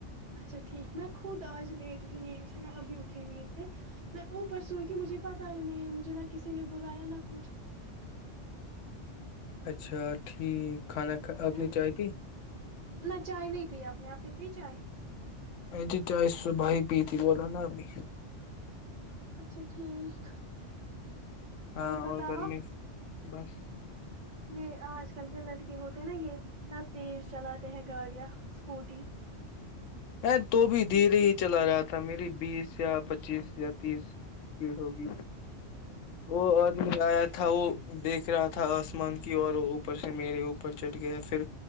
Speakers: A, on the right; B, on the left.
A: اچھا ٹھیک میں خود آج لیٹ اٹھی ن ا ان سے میں ابھی اٹھی ن سے میں اوپر سوئی تھی مجھے پتا ہی نہیں مجھے نہ کسی نے بولا بلایا نہ کچھ
B: اچھا ٹھیک کھانا کھا آپ
A: ہ
B: نے چائے پی
A: نہ چائے نہیں پی آپ نے آپ ہی بی جائے
B: ا ج چائے صبح ہی پی تھی بوول نا ابھی
A: اچھا ٹھیک
B: ہاں
A: اور بتاؤ
B: گھر
A: آپ
B: میں بس
A: یہ آج کل کے لڑکے ہوتے ہیں نا یہ اتنا تیز چلاتے ہیں گاڑیاں اسکوٹی
B: ا تو بھی دھیرے ہی چلا رہا تھا میری بیس یا پچیس یا تیس اسپیڑ ہوگی وہ آدمی آیا تھا وہ دیکھ رہا تھا آسمان کی اور وہ اوپر سے میرے اوپر چٹھ گیا پھر